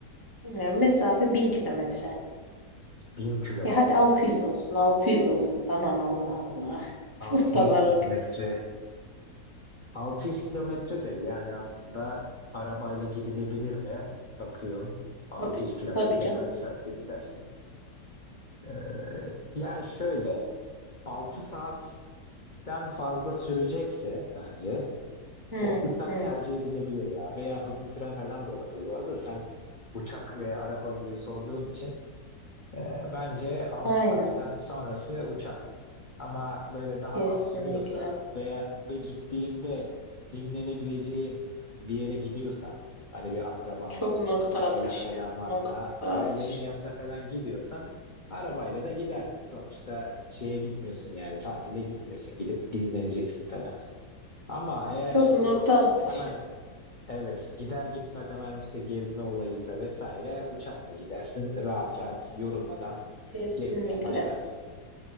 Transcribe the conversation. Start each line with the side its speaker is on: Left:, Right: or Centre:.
Right: Yani mesafe bin kilometre.
Left: 1000 kilometre.
Right: Ya hadi 600 olsun 600 olsun tamam Allah Allah. <laughs>
Left: 600
Right: Pazarlık.
Left: kilometre. 600 kilometre de yani aslında arabayla gidilebilir mi? Bakıyorum. altı
Right: Tabii,
Left: yüz kilometre
Right: tabii canım.
Left: kaç saatte gidersin? Ee, yani şöyle 6 saatten fazla sürecekse bence
Right: Hı,
Left: o uçak
Right: hı.
Left: tercih edilebilir ya veya hızlı tren falan da olabilir. Bu arada da sen uçak veya araba diye sorduğun için Ee, bence altı
Right: Aynen
Left: saatten sonrası uçak. Ama böyle daha
Right: kesinlikle.
Left: az sürüyorsa veya ve gittiğinde dinlenebileceğin bir yere gidiyorsan hani bir akraban
Right: Çok
Left: olur
Right: nokta
Left: işte bir ailen
Right: atışı.
Left: falan varsa
Right: Nokta
Left: ha
Right: atışı.
Left: ailenin yanına falan gidiyorsan arabayla da gidersin sonuçta şeye gitmiyorsun yani tatile gitmiyorsun gidip dinleneceksin falan. Ama eğer
Right: Çok
Left: işte
Right: nokta atışı.
Left: hemen Evet, gider gitmez hemen işte gezme olayıysa vesaire uçakla gidersin. Rahat rahat yorulmadan
Right: Kesinlikle.
Left: gezmeye başlarsın.